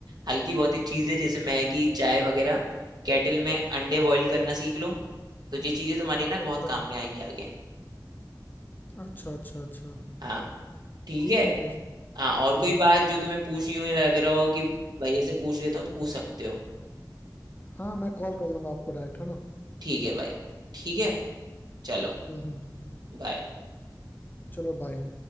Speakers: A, on the right; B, on the left.
A: हल्की बहुत ही चीजें जैसे मैगी चाय वगैरह केटल में अंडे बॉईल करना सीख लो तो ये चीजें तुम्हारी ना बहुत
B: अच्छा
A: काम में आएंगी आगे
B: अच्छा अच्छा अच्छा
A: हाँ ठीक
B: ठीक
A: है
B: है फिर
A: हाँ और कोई
B: हम्म
A: बात जो तुम्हें पूछनी हो या लग रहा हो कि भैया से पूछ लेता हूँ तो पूछ सकते हो
B: हाँ मैं कॉल कर लूंगा आपको डायरेक्ट है ना
A: ठीक है भाई ठीक है चलो
B: हम्म हम्म
A: बाय
B: चलो बाय